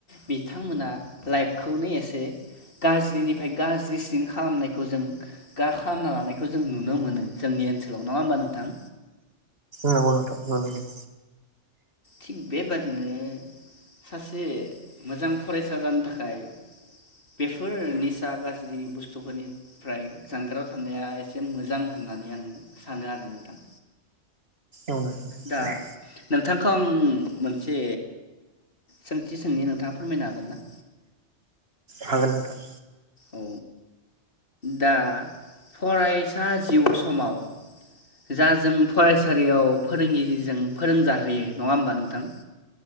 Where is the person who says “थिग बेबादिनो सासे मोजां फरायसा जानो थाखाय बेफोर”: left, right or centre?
Left